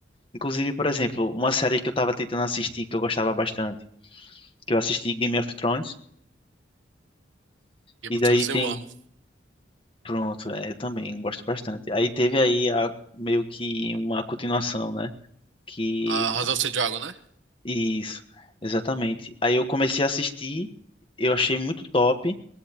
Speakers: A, on the left; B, on the right.
A: Inclusive, por exemplo, uma série que eu tava tentando assistir, que eu gostava bastante, que eu assisti Game of Thrones,
B: Game
A: e
B: of
A: daí
B: Thrones
A: tem.
B: eu amo.
A: Pronto, é, eu também gosto bastante. Aí teve aí a- meio que uma continuação, né? Que.
B: A House of the Dragon, né?
A: Isso, exatamente. Aí eu comecei a assistir, eu achei muito top.